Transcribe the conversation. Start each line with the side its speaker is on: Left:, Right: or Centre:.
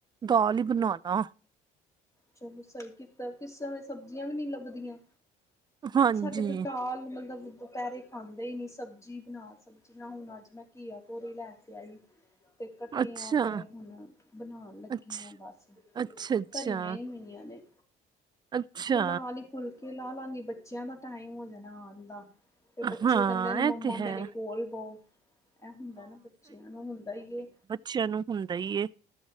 Right: ਦਾਲ ਈ ਬਣਾ ਲਾਂ।
Left: ਚਲੋ ਸਹੀ ਕੀਤਾ ਕਿਸ ਸਮੇਂ ਸਬਜ਼ੀਆਂ ਵੀ ਨਈ ਲੱਭਦੀਆਂ।
Right: ਹਾਂਜੀ
Left: ਸਾਡੇ ਤੇ ਦਾਲ ਮਤਲਬ ਦੁਪਹਿਰੇ ਖਾਂਦੇ ਈ ਨੀ ਸਬਜ਼ੀ ਬਣਾ ਸਬਜ਼ ਨਾ ਹੁਣ ਅੱਜ ਮੈਂ ਘੀਆ ਤੋਰੀ ਲੈ ਕੇ ਆਈ। ਤੇ ਕੱਟੀਆਂ
Right: ਅੱਛਾ
Left: ਤੇ ਹੁਣ ਬਣਾਣ ਲੱਗੀ
Right: ਅੱਛਾ
Left: ਆਂ ਬਸ
Right: ਅੱਛਾ ਅੱਛਾ
Left: ਧਰੀਆਂ ਹੀ ਹੋਈਆਂ ਨੇ
Right: ਅੱਛਾ
Left: ਤੇ ਨਾਲ ਈ ਫੁਲਕੇ ਲਾ ਲਾਂਗੀ ਬੱਚੇਆਂ ਦਾ ਟਾਈਮ ਹੋ ਜਾਣਾ ਆਣ ਦਾ। ਤੇ ਬੱਚੇ
Right: ਹਾਂ
Left: ਕਹਿੰਦੇ ਨੇ ਮੰਮਾ
Right: ਇਹ ਤੇ
Left: ਮੇਰੇ
Right: ਹੈ
Left: ਕੋਲ ਬੋ। ਐ ਹੁੰਦਾ ਨਾ ਬੱਚਿਆਂ ਨੂੰ। ਹੁੰਦਾ ਈ ਏ।
Right: ਚਾ ਨੂੰ ਹੁੰਦਾ ਈ ਏ।